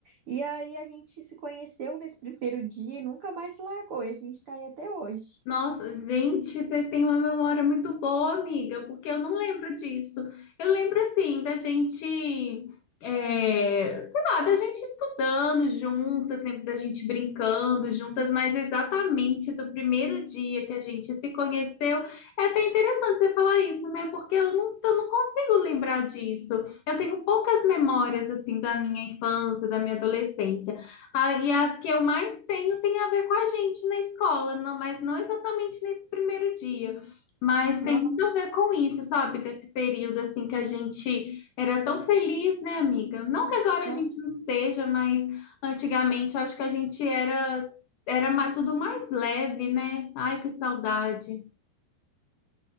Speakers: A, on the right; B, on the left.
A: E aí a gente se conheceu nesse <laughs> primeiro dia e nunca mais se largou. E a gente tá aí até hoje.
B: Nossa, gente, você tem uma memória muito boa, amiga, porque eu não lembro disso. Eu lembro, assim, da gente, é, sei lá, da gente estudando juntas, lembro da gente brincando juntas, mas exatamente do primeiro dia que a gente se conheceu. É até interessante você falar isso, né? Porque eu não, eu não consigo lembrar disso. Eu tenho poucas memórias, assim, da minha infância, da minha adolescência. Ah, e as que eu mais tenho tem a ver com a gente na escola, não, mas não exatamente nesse primeiro dia. Mas tem
A: No-
B: muito a ver com isso, sabe? Desse período assim que a gente era tão feliz, né, amiga? Não que agora
A: Nossa,
B: a gente não seja, mas antigamente eu acho que a gente era era ma- tudo mais leve, né? Ai, que saudade.